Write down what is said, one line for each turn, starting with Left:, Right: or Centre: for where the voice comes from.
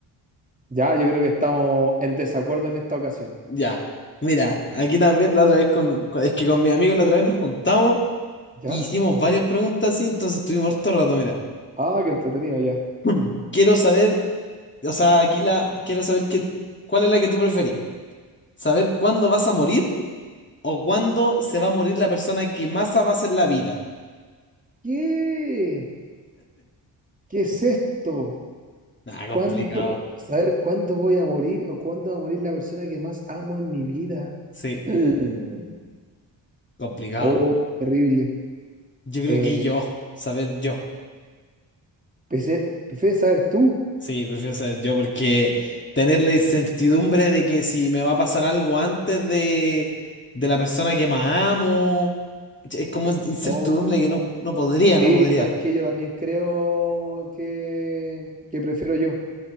Right: Ya, yo creo que estamos en desacuerdo en esta ocasión.
Left: Ya. Mira, aquí también la otra vez con, con- es que con mis amigos la otra vez nos juntamos
Right: ¿Ya?
Left: e hicimos varias preguntas así, entonces estuvimos harto rato, mira.
Right: Ah, qué entretenido, ya.
Left: <clears throat> Quiero saber, o sea, aquí la, quiero saber que, ¿cuál es la que tú preferís? ¿Saber cuándo vas a morir o cuándo se va a morir la persona que más amas en la vida?
Right: ¿Qué? ¿Qué es esto?
Left: Ah,
Right: ¿Cuándo?
Left: complicado.
Right: ¿Saber cuándo voy a morir o cuándo va a morir la persona que más amo en mi vida?
Left: Sí,
Right: Mm.
Left: complicado.
Right: Oh, terrible.
Left: Yo creo
Right: Eh,
Left: que yo, saber yo.
Right: pensé- ¿prefieres saber tú?
Left: Sí, prefiero saber yo porque tener la incertidumbre de que si me va a pasar algo antes de, de la persona que más amo, es como incertidumbre
Right: Oh,
Left: que no, no podría,
Right: sí,
Left: no podría.
Right: sabes que yo también creo que, que prefiero yo.